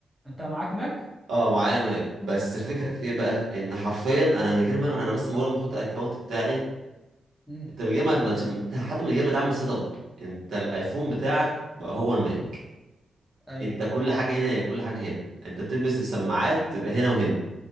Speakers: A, in the centre; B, on the right (about 70°).
A: انت معاك ماك
B: اه معايا ماك بس الفكره
A: اه
B: في ايه بقى ان حرفيا انا من غير ما اعمل انا بس مجرد ما احط الاكونت بتاعي
A: امم
B: انت من غير ما ما- حتى من غير ما تعمل سيت اب انت الايفون بتاعك بقى هو الماك
A: ايوه
B: انت كل حاجه هنا هي كل حاجه هنا انت بتلبس السماعات تبقى هنا وهنا